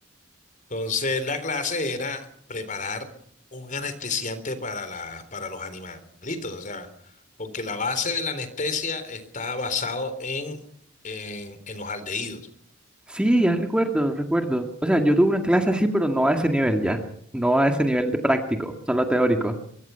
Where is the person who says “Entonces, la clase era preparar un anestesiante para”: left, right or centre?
Left